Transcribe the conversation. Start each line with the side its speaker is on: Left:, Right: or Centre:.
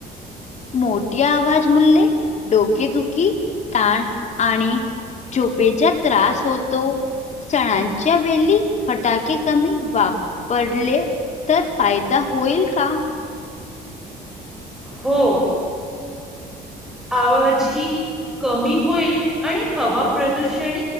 Left: मोठ्या आवाज मुळे डोकेदुखी ताण आणि चोपेचा त्रास होतो. सणांच्या वेली फटाके कमी वापरले तर फायदा होईल का?
Centre: हो. आवाजी कमी होईल आणि हवा प्रदूषण